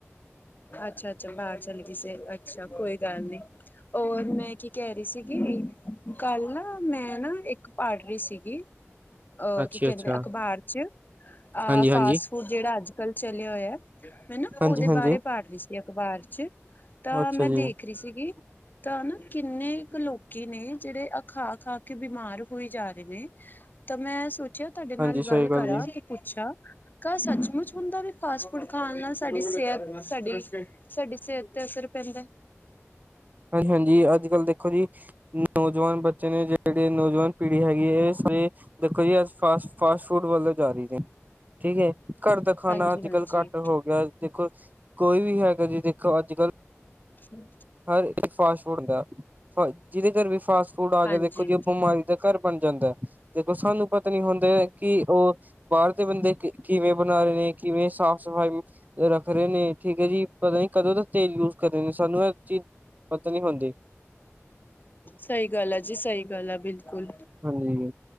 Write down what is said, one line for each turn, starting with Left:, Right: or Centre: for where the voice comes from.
Left: ਅੱਛਾ ਅੱਛਾ ਬਾਹਰ ਚਲੇ ਕਿਸੇ ਅੱਛਾ ਕੋਈ ਗੱਲ ਨੀ ਹੋਰ ਮੈਂ ਕੀ ਕਹਿ ਰਹੀ ਸੀਗੀ ਕੱਲ ਨਾ ਮੈਂ ਨਾ ਇੱਕ ਪੜ ਰਹੀ ਸੀਗੀ ਅਹ
Right: ਅੱਛਾ
Left: ਕੀ ਕਹਿੰਦੇ
Right: ਅੱਛਾ
Left: ਅਖਬਾਰ ਚ ਅ
Right: ਹਾਂਜੀ ਹਾਂਜੀ
Left: ਫਾਸ ਜਿਹੜਾ ਅੱਜ ਕੱਲ। ਚੱਲਿਆ ਹੋਇਆ ਮੈਂ ਨਾ
Right: ਹਾਂਜੀ
Left: ਉਹਦੇ
Right: ਹਾਂਜੀ
Left: ਬਾਰੇ ਪੜ੍ਹ ਰਹੀ ਸੀ। ਅਖ਼ਬਾਰ 'ਚ ਤਾਂ
Right: ਅੱਛਾ
Left: ਮੈਂ
Right: ਜੀ
Left: ਦੇਖ ਰਹੀ ਸੀਗੀ। ਤਾਂ ਹਨਾ ਕਿੰਨੇ ਕੁ ਲੋਕੀ ਨੇ ਜਿਹੜੇ ਖਾ ਖਾ ਕੇ ਬਿਮਾਰ ਹੋਈ ਜਾ ਰਹੇ ਨੇ। ਤਾਂ ਮੈਂ ਸੋਚਿਆ ਤੁਹਾਡੇ ਨਾਲ
Right: ਹਾਂਜੀ
Left: ਗੱਲ
Right: ਸਹੀ
Left: ਕਰਾਂ
Right: ਜੀ
Left: ਤੇ ਪੁੱਛਾਂ ਕ ਸੱਚਮੁੱਚ ਹੁੰਦਾ ਵੀ ਫਾਸ ਗੁੜ ਖਾਣ ਨਾਲ ਸਾਡੀ ਸਿਹਤ ਸਾਡੀ ਸਾਡੀ ਸਿਹਤ ਤੇ ਅਸਰ ਪੈਂਦਾ।
Right: ਹਾਂਜੀ ਹਾਂਜੀ ਅੱਜ ਕੱਲ ਦੇਖੋ ਜੀ ਨੌਜਵਾਨ ਬੱਚੇ ਨੇ ਜਿਹੜੀ ਨੌਜਵਾਨ ਪੀੜੀ ਹੈਗੀ ਹੈ ਸਾਰੇ ਦੇਖੋ ਜੀ ਐਸ ਫਾਸਟ ਫਾਸਟ ਫੂਡ ਵੱਲੋਂ ਜਾ ਰਹੀ ਨੇ ਠੀਕ ਹੈ। ਘਰ ਦਾ ਖਾਣਾ
Left: ਹਾਂਜੀ
Right: ਅੱਜ
Left: ਹਾਂਜੀ
Right: ਕੱਲ ਘੱਟ ਹੋ ਗਿਆ ਦੇਖੋ ਕੋਈ ਵੀ ਹੈਗਾ ਜੀ ਦੇਖੋ ਅੱਜ ਕੱਲ
Left: <inaudible>
Right: ਹਰ ਇੱਕ ਫਾਸਟ ਫੂਡ ਹੁੰਦਾ ਜਿਹਦੇ ਘਰ ਵੀ ਫਾਸਟ ਫੂਡ ਆ
Left: ਹਾਂਜੀ
Right: ਕੇ ਦੇਖੋ ਜੇ ਉਹ ਬਿਮਾਰੀ। ਦੇ ਘਰ ਬਣ ਜਾਂਦਾ ਹੈ ਦੇਖੋ ਸਾਨੂੰ ਪਤਾ ਨੀ ਹੁੰਦਾ ਕਿ ਉਹ ਬਾਹਰ ਦੇ ਬੰਦੇ ਕਿਵੇਂ ਬਣਾ ਰਹੇ ਨੇ ਕਿਵੇਂ ਸਾਫ ਸਫਾਈ। ਰੱਖ ਰਹੇ ਨੇ ਠੀਕ ਹੈ ਜੀ ਪਤਾ ਨੀ ਕਦੋਂ ਦਾ ਤੇਲ ਯੂਜ ਕਰ ਸਾਨੂੰ ਇਹ ਚੀਜ਼ ਪਤਾ ਨੀ ਹੁੰਦੀ।
Left: ਸਹੀ ਗੱਲ ਆ ਜੀ ਸਹੀ ਗੱਲ ਆ ਬਿਲਕੁਲ।
Right: ਹਾਂਜੀ